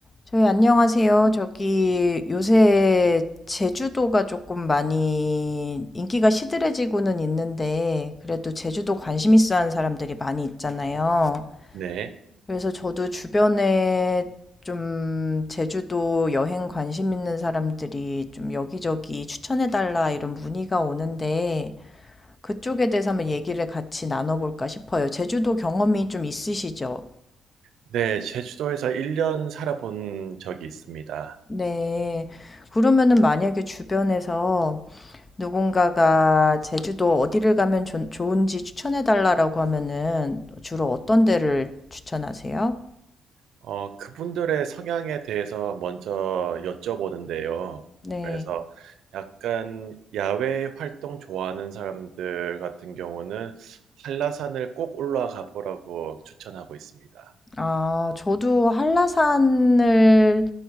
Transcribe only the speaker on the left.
저희 안녕하세요. 저기 요새 제주도가 조금 많이 인기가 시들해지고는 있는데 그래도 제주도 관심 있어 하는 사람들이 많이 있잖아요.
그래서 저도 주변에 좀 제주도 여행 관심 있는 사람들이 좀 여기저기 추천해달라 이런 문의가 오는데 그쪽에 대해서 한번 얘기를 같이 나눠볼까 싶어요. 제주도 경험이 좀 있으시죠?
네. 그러면은 만약에 주변에서 누군가가 제주도 어디를 가면 좋- 좋은지 추천해달라라고 하면은 주로 어떤 데를 추천하세요?
네.
아, 저도 한라산을